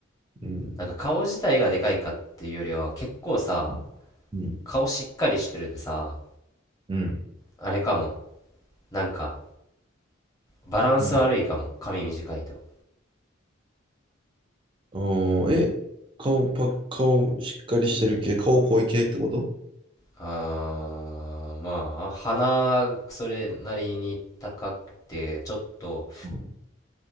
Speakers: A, on the right (about 25°); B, on the left (about 15°).
A: うん。
B: なんか顔自体がでかいかっていうよりは、結構さ、
A: うん。うん。
B: 顔しっかりしてるでさ、
A: うん。
B: あれかも、なんか、バランス悪いかも、
A: うん
B: 髪短いと。
A: あー、え、顔パッ、顔しっかりしてる系、顔濃い系ってこと
B: ああ、まあ、鼻、それなりに高くて、ちょっと、
A: うん。